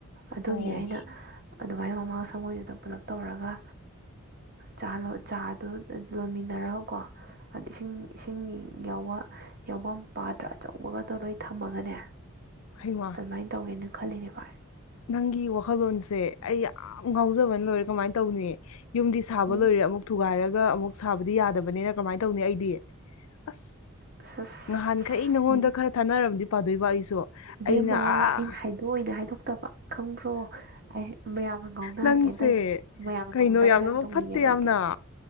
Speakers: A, on the right; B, on the left.
A: ꯑꯗꯨꯒꯤꯅꯦ
B: ꯑꯣ
A: ꯑꯩꯅ ꯑꯗꯨꯃꯥꯏꯅ ꯃꯃꯥꯡ ꯁꯪꯒꯣꯏꯗꯨꯗ ꯄꯨꯂꯞ ꯇꯧꯔꯒ ꯆꯥ ꯂꯣꯟ ꯆꯥꯗꯣ ꯂꯣꯟꯃꯤꯟꯅꯔꯒꯀꯣ ꯑꯗ ꯏꯁꯤꯡ ꯏꯁꯤꯡ ꯌꯥꯎꯕ ꯌꯥꯎꯐꯝ ꯄꯥꯗ꯭ꯔ ꯑꯆꯧꯕꯒꯗꯣ ꯂꯣꯏ ꯊꯝꯃꯒꯅꯦ
B: ꯍꯩꯃ
A: ꯑꯗꯨꯃꯥꯏꯅ ꯇꯧꯒꯦꯅ ꯈꯜꯂꯤꯅꯦ ꯚꯥꯏ
B: ꯅꯪꯒꯤ ꯋꯥꯈꯜꯂꯣꯟꯁꯦ ꯑꯩ ꯌꯥꯝ ꯉꯥꯎꯖꯕꯅ ꯂꯣꯏꯔꯦ ꯀꯃꯥꯏꯅ ꯇꯧꯅꯤ ꯌꯨꯝꯗꯤ ꯁꯥꯕ
A: ꯎꯝ
B: ꯂꯣꯏꯔꯦ ꯑꯃꯨꯛ ꯊꯨꯒꯥꯏꯔꯒ ꯑꯃꯨꯛ ꯁꯥꯕꯗꯤ ꯌꯥꯗꯕꯅꯤꯅ ꯀꯃꯥꯏꯅ ꯇꯧꯅꯤ ꯑꯩꯗꯤ ꯑꯁ
A: ꯑꯁ
B: ꯅꯍꯥꯟꯈꯩ ꯅꯉꯣꯟꯗ
A: ꯎꯝ
B: ꯈꯔ ꯊꯥꯅꯔꯝꯗꯤ ꯄꯥꯗꯣꯏꯕ ꯑꯩꯁꯨ
A: ꯏꯕꯦꯝꯃ
B: ꯑꯩꯅ ꯑꯥ
A: ꯑꯩꯅ ꯍꯥꯏꯗꯣꯛꯑꯣꯏꯅ ꯍꯥꯏꯗꯣꯛꯇꯕ ꯈꯪꯕ꯭ꯔꯣ ꯑꯩ ꯍꯥ ꯃꯌꯥꯝꯅ ꯉꯥꯎꯅꯍꯟꯒꯦꯅ
B: ꯅꯪꯁꯦ
A: ꯇꯧꯕ ꯃꯌꯥꯝꯅ
B: ꯀꯩꯅꯣ
A: ꯇꯧꯅꯗꯕꯁꯦ
B: ꯌꯥꯝꯅꯃꯛ
A: ꯌꯥꯝ ꯇꯧꯅꯤꯡꯉꯦꯕ
B: ꯐꯠꯇꯦ ꯌꯥꯝꯅ
A: ꯑꯩꯗꯤ